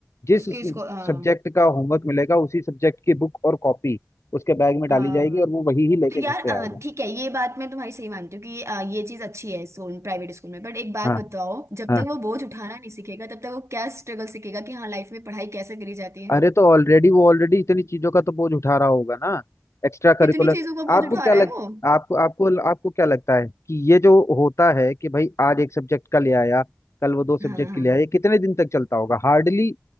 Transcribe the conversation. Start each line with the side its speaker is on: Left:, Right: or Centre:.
Left: जिस
Right: उसके इसको हाँ
Left: सब्जेक्ट का होमवर्क मिलेगा उसी सब्जेक्ट की बुक और कॉपी उसके बैग में डाली
Right: हाँ
Left: जाएगी
Right: हाँ।
Left: और वो वही ही लेके
Right: तो यार
Left: घर पे
Right: अ,
Left: आएगा
Right: ठीक है ये बात मैं तुम्हारी सही मानती हूँ कि अ, ये चीज अच्छी है स्कूल प्राइवेट स्कूल में बट एक बात
Left: हाँ
Right: बताओ जब
Left: हाँ
Right: तक वो बोझ उठाना नहीं सीखेगा तब तक वो क्या स्ट्रगल सीखेगा कि हाँ लाइफ में पढ़ाई कैसे करी जाती है
Left: अरे तो ऑलरेडी वो ऑलरेडी इतनी चीजों का तो बोझ उठा रहा होगा ना एक्स्ट्रा करिकुलर
Right: कितनी चीजों का
Left: आपको
Right: बोझ उठा
Left: क्या
Right: रहा
Left: लग
Right: है वो
Left: आपको आपको आपको क्या लगता है कि ये जो होता है कि भाई आज एक सब्जेक्ट का ले आया कल वो दो सब्जेक्ट
Right: हाँ हाँ
Left: के ले आया ये कितने दिन तक चलता होगा हार्डली